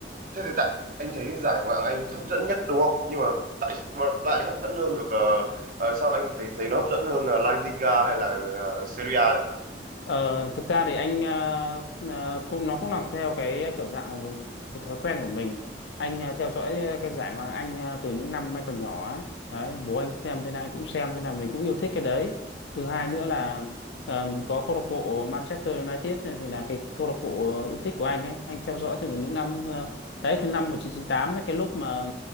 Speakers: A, on the right; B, on the left.
A: Thế thì tại anh thấy giải Ngoại hạng Anh hấp dẫn nhất đúng không? Nhưng mà tại sao nó lại hấp dẫn hơn được ờ, ờ, sao anh thấy thấy nó hấp dẫn hơn là La Liga hay là ờ, Serie A chẳng hạn?
B: Ờ, thực ra thì anh ờ, ờ, cũng nó cũng là theo cái kiểu dạng cái thói quen của mình anh ờ, theo dõi cái giải Ngoại hạng Anh ờ, từ những năm anh còn nhỏ ấy đấy, bố anh xem thế nào anh cũng xem thế nào mình cũng yêu thích cái đấy thứ hai nữa là ờ, có câu lạc bộ Manchester United này thì là cái câu lạc bộ yêu thích của anh ấy anh theo dõi từ những năm ờ, đấy từ năm 1998 ấy, cái lúc mà